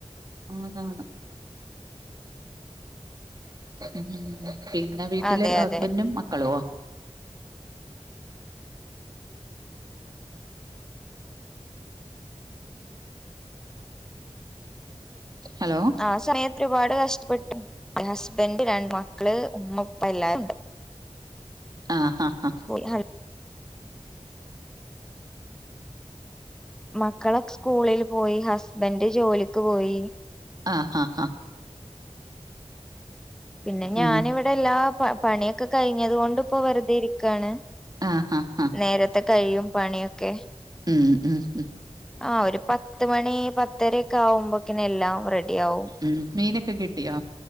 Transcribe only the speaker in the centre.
അതെ
അതെ
ആ സമയത്ത് ഒരുപാട് കഷ്ടപ്പെട്ട് ഹസ്ബൻ്റ രണ്ട് മക്കള് ഉമ്മ ഉപ്പ എല്ലാരുണ്ട്.
<inaudible> മക്കളൊക്കെ സ്കൂളില് പോയി ഹസ്ബൻഡ് ജോലിക്ക് പോയി.
പിന്നെ ഞാനിവിടെ
എല്ലാ പണിയൊക്കെ കഴിഞ്ഞത് കൊണ്ട്പ്പോ വെറുതേരിക്കാണ്.
നേരത്തെ കഴിയും പണിയൊക്കെ
ആഹ് ഒരു പത്ത് മണി പത്തരൊക്കെ ആവുമ്പോക്കനെ എല്ലാം റെഡി ആവും.